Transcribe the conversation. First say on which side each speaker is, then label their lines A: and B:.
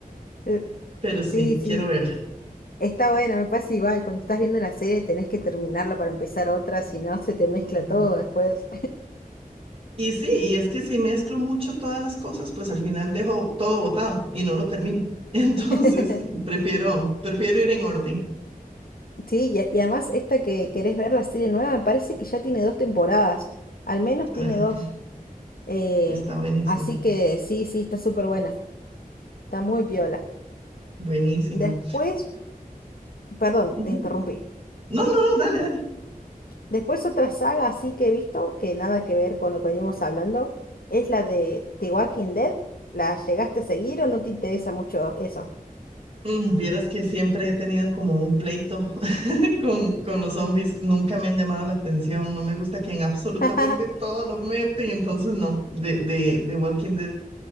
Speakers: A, on the left; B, on the right.
A: Eh,
B: pero sí,
A: Sí, sí.
B: quiero verla.
A: Está buena, me pasa igual. Cuando estás viendo una serie tenés que terminarla para empezar otra, si no se te mezcla
B: Ujú.
A: todo después.
B: Y sí, y es que si mezclo mucho todas las cosas, pues al final dejo todo botado y no lo termino. <laughs> Entonces,
A: <laughs>
B: prefiero, prefiero ir en orden.
A: Sí, y, a- y además esta que querés ver, la serie nueva, me parece que ya tiene dos temporadas, al menos tiene
B: Ah,
A: dos.
B: ok.
A: eh,
B: Está buenísimo.
A: así que sí, sí, está súper buena, está muy piola.
B: Buenísimo.
A: Después, perdón,
B: Ujú.
A: te interrumpí.
B: No, no, no, dale, dale.
A: Después otra saga así que he visto, que nada que ver con lo que veníamos hablando, es la de The Walking Dead. ¿La llegaste a seguir o no te interesa mucho eso?
B: Mm, Vieras que siempre he tenido como un pleito <laughs> con, con los zombies. Nunca me han llamado la atención. No me gusta que en absolutamente
A: <laughs>
B: todo lo meten. Entonces, no, de, de, de Walking Dead.